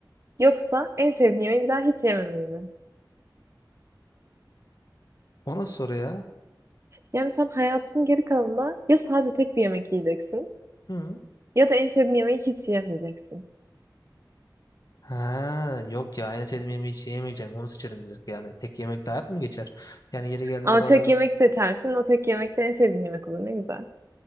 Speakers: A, on the right; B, on the left.
A: Yoksa en sevdiğin yemeği bir daha hiç yememeyi mi?
B: O nasıl soru ya?
A: Yani sen hayatının geri kalanında ya sadece tek bir yemek yiyeceksin
B: Hmm.
A: ya da en sevdiğin yemeği hiç yemeyeceksin.
B: Ha yok ya en sevdiğim yemeği hiç yemeyeceğim onu seçerim dedik yani tek yemekle hayat mı geçer? Yani yeri geldiğinde
A: Ama
B: bazen
A: tek yemek seçersin. O tek yemek de en sevdiğin yemek olur. Ne güzel.